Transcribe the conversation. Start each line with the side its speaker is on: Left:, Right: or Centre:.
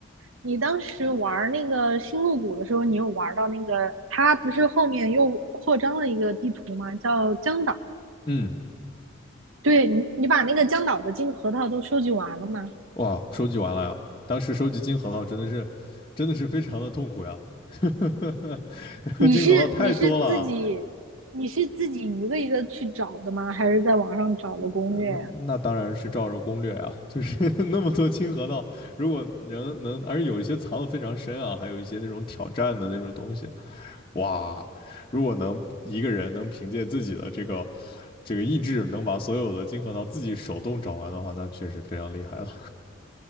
Right: 你当时玩那个星露谷的时候，你有玩到那个，它不是后面又扩张了一个地图吗？叫江岛。
Left: 嗯，
Right: 对你，你把那个江岛的金核桃都收集完了吗？
Left: 哇，收集完了呀，当时收集金核桃真的是，真的是非常的痛苦呀，<laughs>
Right: 你是你是自己你是自己一个一个去找的吗？
Left: 金核桃太多了啊
Right: 还是在网上找的攻略呀？
Left: 呃那那当然是照着攻略啊，就是 <laughs> 那么多金核桃，如果能能，而且有一些藏的非常深啊，还有一些那种挑战的那种东西，哇，如果能一个人能凭借自己的这个这个意志，能把所有的金核桃自己手动找完的话，那确实非常厉害了。